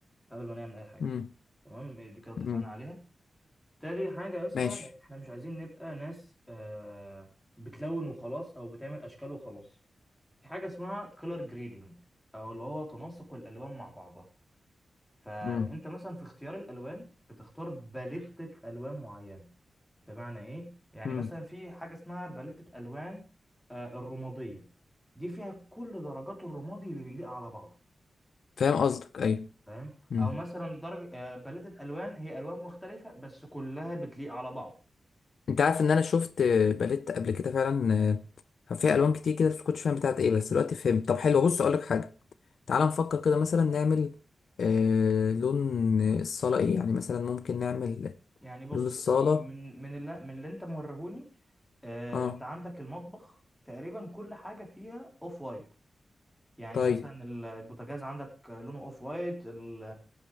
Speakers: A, in the centre; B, on the left (about 75°).
A: قبل ما نعمل اي حاجه
B: امم
A: تمام إيه دي كده اتفقنا
B: امم
A: عليها تاني حاجه يا اسطى
B: ماشي
A: يعني احنا مش عايزين نبقى ناس آه بتلون وخلاص او بتعمل اشكال وخلاص في حاجة اسمها كولر جريدنج أو اللي هو تناسق الألوان مع بعضها فأنت
B: امم
A: مثلا في اختيار الألوان بتختار باليتة ألوان معينة بمعنى إيه؟ يعني
B: امم
A: مثلا في حاجة اسمها باليتة ألوان آه، الرمادية دي فيها كل درجات الرمادي اللي بيليق على بعضه
B: فاهم قصدك ايوه
A: فاهم؟
B: امم
A: أو مثلا درجة آه، باليتة ألوان هي ألوان مختلفة بس كلها بتليق على بعض
B: انت عارف ان انا شفت آه، باليت قبل كده فعلا آه، كان فيها الوان كتير كده بس ما كنتش فاهم بتاعت ايه بس دلوقتي فهمت طب حلو بص اقول لك حاجه تعال نفكر كده مثلا نعمل آه لون الصاله ايه يعني مثلا ممكن نعمل
A: يعني بص
B: لون الصاله
A: من من اللي, من اللي أنت موريهوني آه،
B: اه
A: أنت عندك المطبخ تقريبا كل حاجة فيها أوف وايت يعني
B: طيب
A: مثلا ال- البوتاجاز عندك لونه اوف وايت ال-